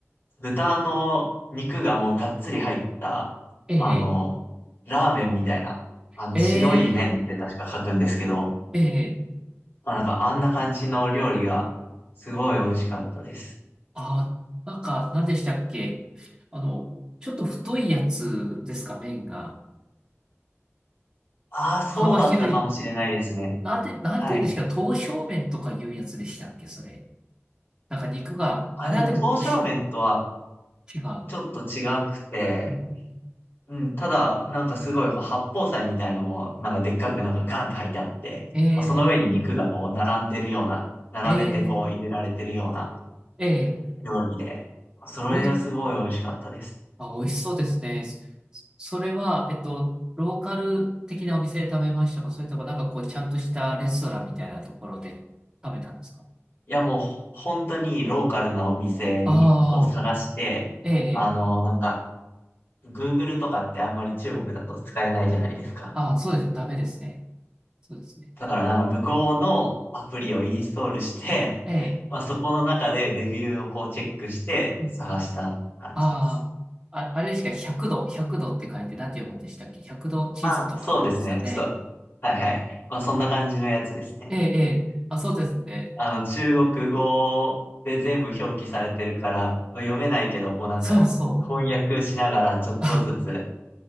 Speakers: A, on the left (about 50°); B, on the right (about 15°).
A: 豚の肉がもうがっつり入った、
B: ええ、
A: あの、ラーメンみたいな、あの、
B: ええ、
A: 白い麺って確か書くんですけど、
B: ええ、
A: まあなんかあんな感じの料理が、すごい美味しかったです。
B: あ、なんか、何でしたっけあの、ちょっと太いやつですか、麺が。
A: ああ、そうだったかもしれないですね。
B: 幅広い。なんて、なんていうんですか、
A: はい。
B: 刀削麺とかいうやつでしたっけ、それ。なんか肉が、
A: あ、
B: あれはでも牛、
A: でも、刀削麺とは
B: 違う。
A: ちょっと違くて、
B: うん、
A: うん、ただ、なんかすごい、こう八宝菜みたいのも、なんかでっかくなんかガンって入ってあって、
B: え
A: まあ、その上に肉がこう並んでるような、並べてこう入れられてるような
B: ー、えー、えー、
A: 料理で、それがすごい美味しかったです。
B: おい、あ、美味しそうですね。そそれは、えっと、ローカル的なお店で食べましたかそれともなんかこう、ちゃんとしたレストランみたいなところで食べたんですか
A: いや、もう本当にローカルなお店に、
B: ああ
A: を探して、
B: ー、えーえー、
A: あの、なんか、Google とかってあんまり中国だと使えないじゃないですか。
B: ああ、そうですね。ダメですね。そうですね。
A: だからなんか向こうのアプリをインストールして、
B: ええ、
A: まあ、そこの中でレビューをこうチェックして探した感じです。
B: うんうんあああ、あれですか、100度、100度って書いて何て読むんでしたっけ ?100 度チーズとかありますよね。
A: あ、そうですね。ちょっと、はいはい。まあ、そんな感じのやつですね。
B: ええ、ええ、あ、そうですね。
A: あの、中国語で全部表記されてるから、読めないけど、こうなんか、
B: そうそう。
A: 翻訳しながらちょっとずつ
B: あ、